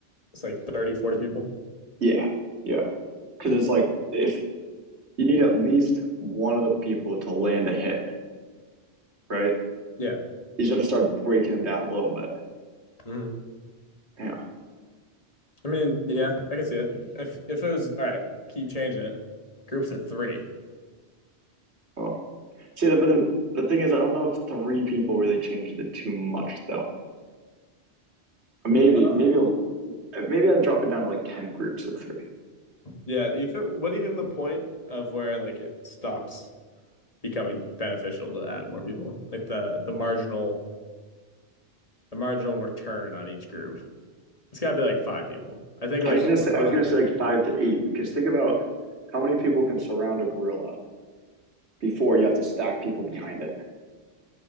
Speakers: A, on the left (about 35°); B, on the right (about 75°).
A: it's like thirty, forty people.
B: Yeah, yeah. Because it's like if you need at least one of the people to land a hit, right?
A: Yeah.
B: You just have to start breaking them down a little bit.
A: hmm
B: Yeah.
A: I mean, yeah, I can see it. If if it was all right, keep changing it. Groups of three.
B: Oh, see, the, the the thing is, I don't know if three people really changes it too much though. Maybe
A: Uh,
B: maybe maybe I'd drop it down to like ten groups of three.
A: yeah. Do you think, what do you think the point of where like it stops becoming beneficial to add more people? Like the the marginal the marginal return on each group. It's gotta be like five people. I think
B: I
A: like
B: was
A: over
B: gonna say I was
A: five.
B: gonna say like five to eight because think about how many people can surround a gorilla before you have to stack people behind it.